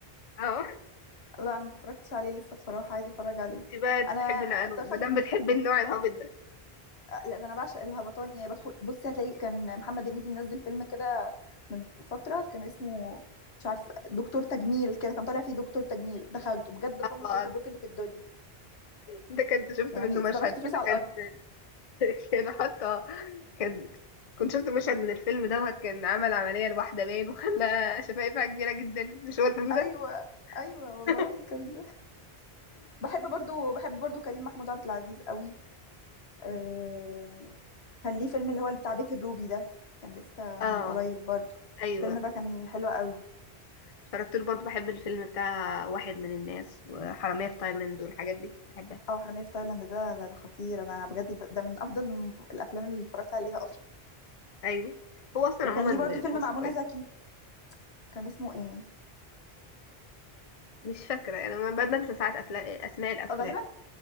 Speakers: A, on the left (about 40°); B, on the left (about 80°).
A: اه <laughs>
B: لا أنا ما اتفرجتش عليه لسه بصراحة عايزة أتفرج عليه
A: انت بقى انت
B: أنا
A: بتحبي انا ما
B: دخلت
A: دام بتحبي النوع الهابط ده
B: لا ده أنا بعشق الهبطان يعني بدخل بصي هتلاقي كان محمد هنيدي منزل فيلم كده من فترة كان اسمه مش عارف دكتور تجميل كده كان طالع فيه دكتور تجميل دخلته بجد
A: اه
B: قمة الهبوط اللي في الدنيا
A: ده كنت شفت
B: يعني
A: منه مشهد
B: صرفت فلوس
A: كده
B: على
A: كان
B: الأرض
A: <laughs> كان حتى كان كنت شفت مشهد من الفيلم دوت كان عمل عملية لواحدة باين وخلى شفايفها كبيرة جدا مش هو الفيلم
B: أيوه
A: ده
B: أيوه والله
A: <laughs>
B: كان بحب برضو بحب برضو كريم محمود عبد العزيز قوي آم، كان ليه فيلم اللي هو اللي بتاع بيت الروبي ده كان لسه
A: اه
B: من قريب برضو
A: ايوه
B: الفيلم ده كان حلو قوي
A: اتفرجت له برضه بحب الفيلم بتاع واحد من الناس وحرامية في تايلاند والحاجات دي بحبها
B: اه حرامية في تايلاند ده ده, ده خطير انا بجد ده, ده من افضل الم- الافلام اللي اتفرجت عليها اصلا
A: ايوه هو اصلا
B: وكان
A: عموما
B: ليه برضو فيلم
A: مصر
B: مع منى
A: كويس
B: زكي كان اسمه ايه
A: مش فاكرة انا ما- بنسى ساعات افلام اسماء الافلام
B: غالبا